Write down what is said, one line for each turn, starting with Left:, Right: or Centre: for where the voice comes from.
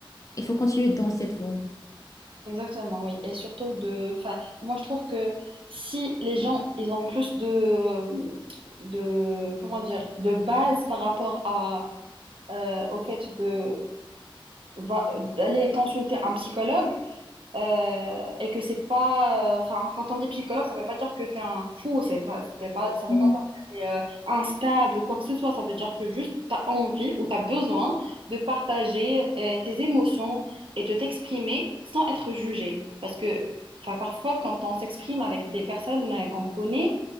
Left: Il faut continuer dans cette voie.
Right: Exactement, oui. Et surtout de, enfin, moi je trouve que si les gens, ils ont plus de, de, comment dire, de base par rapport à, euh, au fait de, va- d'aller consulter un psychologue, euh, et que c'est pas. euh, Enfin, quand on dit psychologue, ça veut pas dire que t'es un fou, c'est pas, c'était pas, ça veut
Left: Mm.
Right: pas dire que t'es euh, instable ou quoi que ce soit, ça veut dire que juste t'as envie ou t'as besoin de partager euh, tes émotions et de t'exprimer sans être jugé. Parce que, enfin, parfois, quand on s'exprime avec des personnes euh, qu'on connaît,